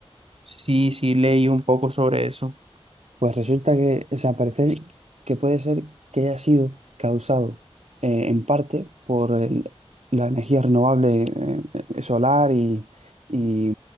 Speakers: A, on the right; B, on the right.
A: Sí, sí, leí un poco sobre eso.
B: Pues resulta que, o sea, parece que puede ser que haya sido causado eh, en parte por el- la energía renovable eh, eh, solar y, y,